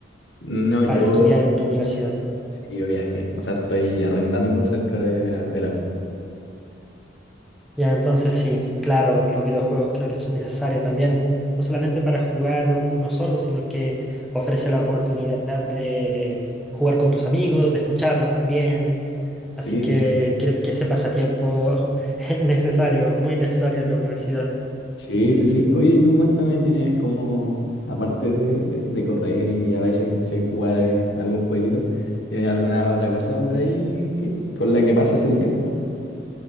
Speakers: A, on the left (about 75°); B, in the centre.
A: No,
B: para
A: yo,
B: estudiar en tu universidad.
A: sí, yo viajé, o sea, estoy arrendando cerca de de la, de la U.
B: Ya, entonces sí, claro, los videojuegos creo que son necesarios también, no solamente para jugar uno solo, sino que ofrece la oportunidad de jugar con tus amigos, de escucharlos también.
A: Sí,
B: Así que
A: sí, sí.
B: creo que ese pasatiempo <laughs> es necesario, muy necesario en la universidad.
A: Sí, sí, sí. Oye, y tú cuéntame, tienes como, aparte de, de- de correr y a veces, no sé, jugar eh, algún jueguito, ¿tienes alguna otra cosa por ahí que, con la que pases el tiempo?